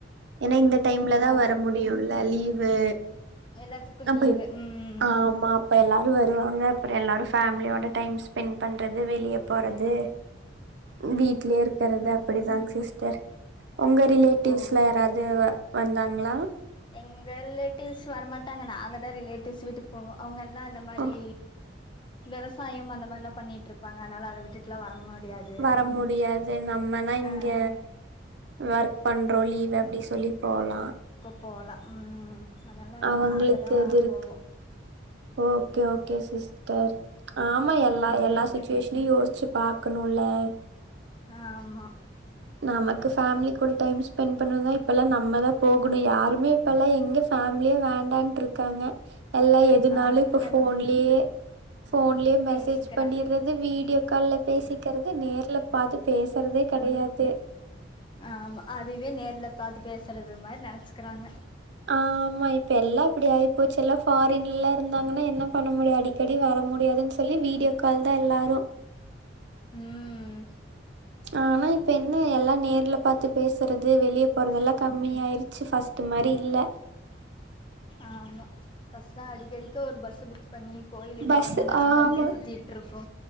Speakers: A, on the right; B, on the left.
A: ஏன்னா இந்த டைம்ல தா
B: ஓ
A: வர முடியும்ல லீவு
B: எல்லாத்துக்கு
A: அப்ப
B: லீவு ம்
A: ஆமா அப்ப எல்லாரு வருவாங்க அப்பறோ எல்லாரு ஃபேமிலியோட டைம் ஸ்பெண்ட் பண்றது வெளிய போறது வீட்லயே இருக்கறது அப்டிதாங் சிஸ்டர் உங்க ரிலேட்டிவ்ஸ்ல
B: ஓகேங்
A: யாராவது வந்தாங்ளா
B: எங்க ரிலேட்டிவ்ஸ் வரமாட்டாங்க நாங்க தா ரிலேட்டிவ்ஸ் வீட்டுக்கு போவோ அவுங்க எல்லா அந்த மாரி
A: ஓ
B: விவசாயம் அந்த மாரில்லா பண்ணிட்ருப் ப்பாங்க அதுனால அத விட்டுட்லா வர முடியாது
A: வர முடியாது நம்மனா இங்க
B: அ அ அ
A: ஒர்க் பண்றோ லீவ் அப்டி சொல்லி போலா
B: போல ம் அதுனால
A: அவங்களுக்கு
B: நாங்க தா
A: இது இருக்கு
B: போவோ
A: ஓகே ஓகே சிஸ்டர் ஆமா எல்லா
B: ம்
A: எல்லாச்சுவேஷ் நீ யோசிச்சு பாக்கணுல
B: ஆ ஆமா
A: நமக்கு ஃபேமிலி கூட டைம் ஸ்பெண்ட் பண்ணணுனா இப்பெல்லா நம்ம தா போகணு யாருமே இப்பல்லா எங்க ஃபேமிலியே வேண்டான்ட்ருக்காங்க எல்லா எதுனாலு
B: அதுவு
A: இப்ப
B: கரெக்ட்
A: ஃபோன்லயே ஃபோன்லயே மெசேஜ்
B: பேசிக்கிறாங்க
A: பண்ணிடுறது வீடியோ கால்ல பேசிக்கிறது நேர்ல பாத்து பேசுறதே கெடையாது
B: ஆ ஆமா அதுவே நேர்ல பாத்து பேசுறது மாரி நெனச்சுக்கிறாங்க
A: ஆமா இப்ப எல்லா அப்டி ஆகி போச்சு எல்லா ஃபாரின் ல்லா இருந்தாங்கன்னா என்ன பண்ண முடியு அடி அடிக்கடி வர முடியாதுன்னு சொல்லி வீடியோ கால் தா எல்லாரு
B: ம்
A: ஆனா இப்ப என்ன எல்லா நேர்ல பாத்து பேசுறது வெளிய போறது எல்லா கம்மிய ஆயிரு ச்ச ஃபஸ்ட்டு மாரி இல்ல
B: ஆமா ஃபஸ்ட்டு லா அடிக்கடிக்க ஒரு பஸ்சு புக் பண்ணி கோயிலு
A: பஸ்
B: கொளங்கன்னு அங்க
A: ஆமா
B: அங்க சுத்திட்டு இருப்போ